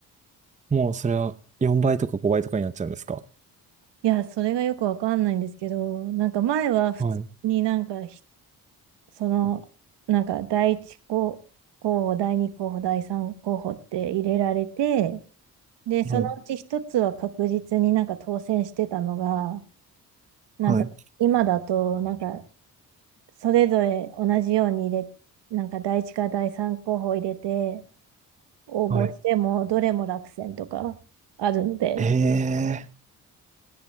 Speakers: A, on the right; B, on the right.
A: もうそれは4倍とか5倍とかになっちゃうんですか
B: いや、それがよくわかんないんですけど、なんか前は普通になんかひ、
A: はい、
B: その、なんか第一候候補、第二候補、第三候補って入れられて、で、そのうち一つは確実になんか当選してたのが、
A: はい、
B: なんか今だと、
A: はい、
B: なんかそれぞれ同じように入れ、なんか第一か第三候補入れて応募しても、
A: はい。
B: どれも落選とかあるので、
A: ええ、